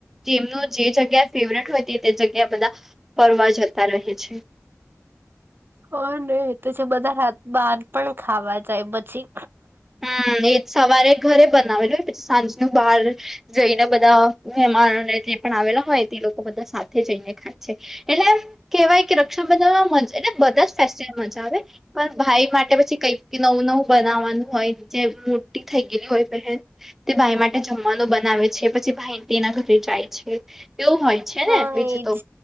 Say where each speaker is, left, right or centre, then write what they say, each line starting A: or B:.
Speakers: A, in the centre; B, on the right (about 40°).
A: જેમનું જે જગ્યા ફેવરેટ હોય તે તે જગ્યા બધા ફરવા જતા રહે છે.
B: હ ને એ તો છે બધા રાત બહાર પણ ખાવા જાય પછી.
A: હમ એ સવારે ઘરે બનાવે જો પછી સાંજ નુ બહાર. જઈને બધા મહેમાનોને. પણ આવેલા હોય તે લોકો બધા સાથે જઈને ખાય છે એટલે કેહેવાય કે રક્ષાબંધન આમ. એટલે બધા ફેસ્ટ મજા આવે પણ ભાઈ માટે પછી કઈક નવું નવું બનાવવાનું. હોય જે મોટી થઈ ગયલી હોય બહેન. તે ભાઈ માટે જમવાનું બનાવે છે પછી ભાઈ તેના ઘરે જાય છે એવું હોય. છે
B: હા
A: ને બીજું
B: એજ
A: તો